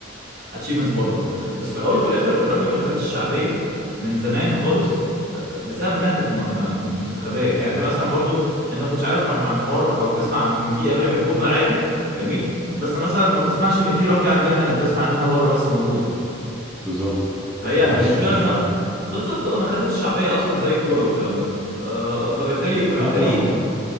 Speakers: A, on the right; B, in the centre.
A: اتشيفمنتس بره بس في الاول وفي الاخر الرجبي ما خدتش الشعبيه من زمان خالص بسبب انها كانت م- م- مستخبيه يعني انت مثلا برضو انت ما كنتش عارف عن عن حوار او بتسمع عن في امريكان فوتبول عادي جميل بس مثلا ما تسمعش ان في رجبي عندنا هنا بتسمع انها بره بس موجوده
B: بالظبط اه
A: فهي
B: ملهاش
A: المشكله
B: انتشار
A: ان بالظبط اه ما خدتش شعبيه اصلا زي الكوره والكلام ده آه، فبالتالي فبالتالي
B: عارف لو ما